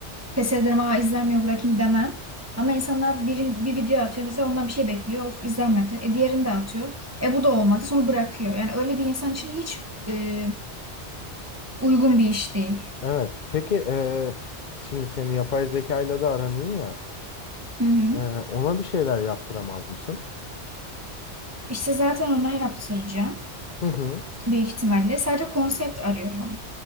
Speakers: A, on the right; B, on the left.
A: pes ederim aa izlenmiyor bırakayım demem. Ama insanlar bir, bir video atıyor mesela ondan bir şey bekliyor of izlenmedi. E diğerini de atıyor. E bu da olmadı sonra bırakıyor. Yani öyle bir insan için hiç e, uygun bir iş değil.
B: Evet. Peki eee, şimdi senin yapay zekayla da aran iyi ya.
A: Hı hı.
B: Eee, ona bir şeyler yaptıramaz mısın?
A: İşte zaten ona yaptıracağım
B: Hı hı.
A: büyük ihtimalle. Sadece konsept arıyorum.